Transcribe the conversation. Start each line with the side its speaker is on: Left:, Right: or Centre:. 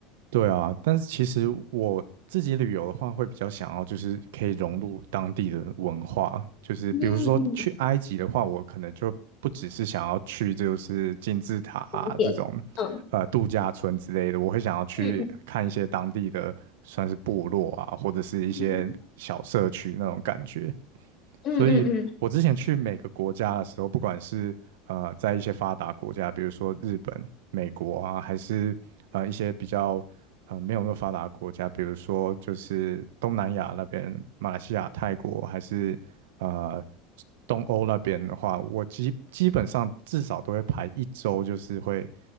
Right: 对啊，但是其实我自己旅游的话，会比较想要就是可以融入当地的文化，就是比如说去埃及的话，
Left: 嗯嗯，
Right: 我可能就不只是想要去就是金字塔啊这种
Left: 景点，嗯
Right: 呃度假村之类的，我会想要去看一些当地的算是部落啊，
Left: 嗯
Right: 或者是一些小社区那种感觉。
Left: 嗯嗯嗯，
Right: 所以我之前去每个国家的时候，
Left: 嗯嗯
Right: 不管是呃在一些发达国家，比如说日本、美国啊，还是呃一些比较呃没有那么发达的国家，比如说就是东南亚那边，马来西亚、泰国，还是呃东欧那边的话，我基基本上至少都会排一周，就是会